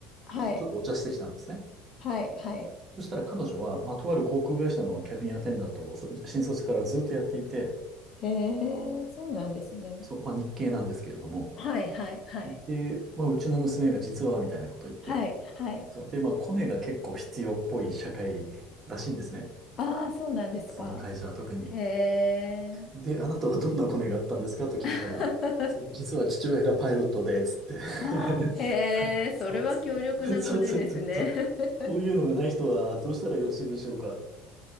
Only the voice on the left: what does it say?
はい、
はい、はい、
えー、そうなんですね。
はい、はい、はい、
はい、はい。
ああ、そうなんですか。
へえ。
<laughs>
ああ、へえ、それは強力なコネですね。
<laughs>